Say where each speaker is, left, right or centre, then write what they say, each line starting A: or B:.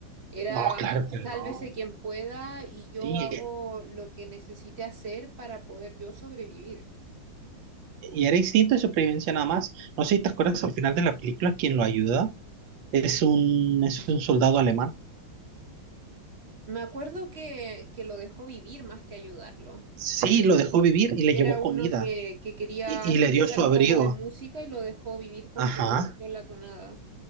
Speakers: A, on the right; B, on the right.
A: Era
B: no, claro
A: sálvese
B: que no.
A: quien pueda y yo
B: Sí,
A: hago lo que necesite hacer para poder yo sobrevivir.
B: y era instinto de supervivencia nada más. No sé si te acuerdas al final de la película, quien lo ayuda es un, es un soldado alemán.
A: Me acuerdo que, que lo dejó vivir más que ayudarlo.
B: Sí, lo dejó vivir y le
A: Era
B: llevó
A: uno
B: comida
A: que, que quería
B: y, y le
A: escuchar
B: dio su
A: un
B: abrigo.
A: poco de música y lo dejó vivir porque
B: Ajá,
A: le gustó la tonada.